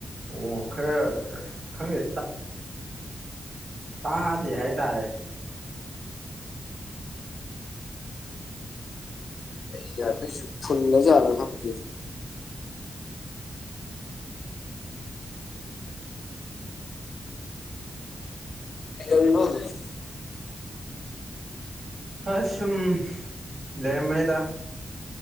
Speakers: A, on the right; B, on the left.
A: ꯑꯣ ꯈꯔ ꯈꯪꯗꯦ ꯇꯥꯗꯦ ꯍꯥꯏꯇꯥꯔꯦ
B: ꯏꯌꯔ ꯄꯤꯁ ꯁꯦ ꯐꯨꯜꯂꯥ ꯖꯠꯂꯥ ꯈꯪꯇꯦ ꯀꯩꯏꯗꯧꯔꯤꯅꯣ ꯍꯧꯖꯤꯛ
A: ꯑ ꯁꯨꯝ ꯂꯩꯔꯝꯕꯅꯤꯗ